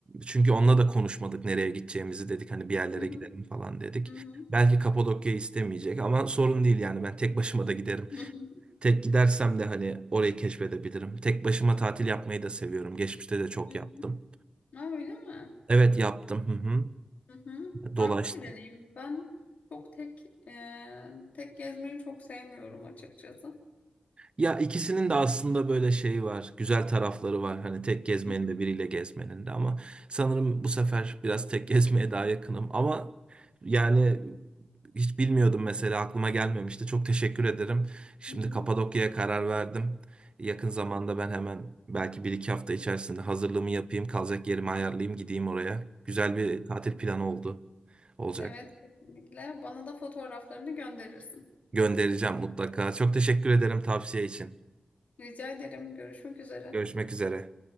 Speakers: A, on the right; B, on the left.
A: çünkü onunla da konuşmadık nereye gideceğimizi dedik hani bir yerlere
B: Hı hı,
A: gidelim falan dedik.
B: hı hı,
A: Belki Kapadokya istemeyecek ama sorun değil yani ben tek başıma da giderim.
B: hı hı,
A: Tek gidersem de hani orayı keşfedebilirim. Tek başıma tatil yapmayı da seviyorum. Geçmişte de çok
B: hı hı.
A: yaptım.
B: Ha, öyle mi?
A: Evet yaptım. Hı hı.
B: Hı hı.
A: Dolaştım.
B: Farklı bir deneyim. Ben çok tek e, tek gezmeyi çok sevmiyorum açıkçası.
A: Ya ikisinin de aslında böyle şeyi var, güzel tarafları var. Hani tek gezmenin
B: Hı hı,
A: de biriyle gezmenin de ama sanırım bu sefer biraz tek <laughs> gezmeye daha yakınım. Ama yani hiç bilmiyordum mesela aklıma gelmemişti. Çok teşekkür ederim. Şimdi
B: hı hı.
A: Kapadokya'ya karar verdim. Yakın zamanda ben hemen belki bir iki hafta içerisinde hazırlığımı yapayım, kalacak yerimi ayarlayayım,
B: Evet.
A: gideyim oraya. Güzel bir tatil planı oldu olacak.
B: Evet, kesinlikle. Bana da fotoğraflarını gönderirsin.
A: Göndereceğim mutlaka. Çok teşekkür ederim tavsiye için.
B: Rica ederim. Görüşmek üzere.
A: Görüşmek üzere.